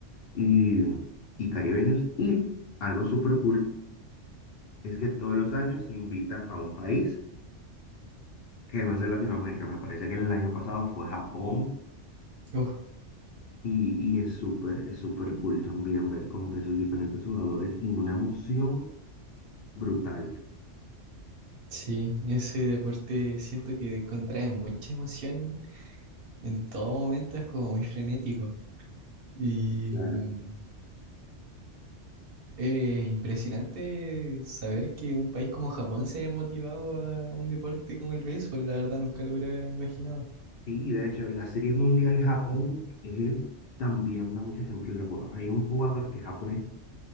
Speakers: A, on the left; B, on the right.
A: y, y caribeños. Y algo súper cool es que todos los años se invita a un país que no es de Latinoamérica. Me parece que el año pasado fue Japón
B: Uf,
A: y, y es súper, es súper cool también ver como que sus diferentes jugadores y una emoción brutal.
B: sí, ese deporte siento que contrae mucha emoción en todo momento, es como muy frenético. Y
A: Claro.
B: mm, es impresionante saber que un país como Japón se haya motivado a un deporte como el béisbol, la verdad nunca lo hubiera imaginado.
A: Sí, de hecho, en las series mundiales Japón eh, también da muchos ejemplos en los juegos. Hay un jugador que es japonés